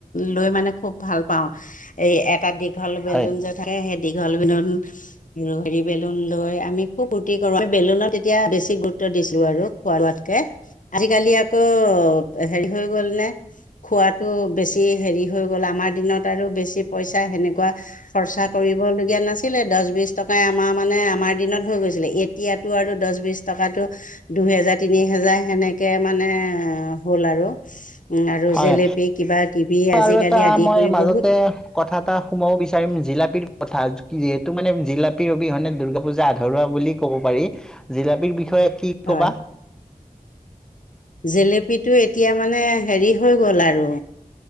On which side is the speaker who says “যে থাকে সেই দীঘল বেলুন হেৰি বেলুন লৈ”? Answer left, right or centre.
Left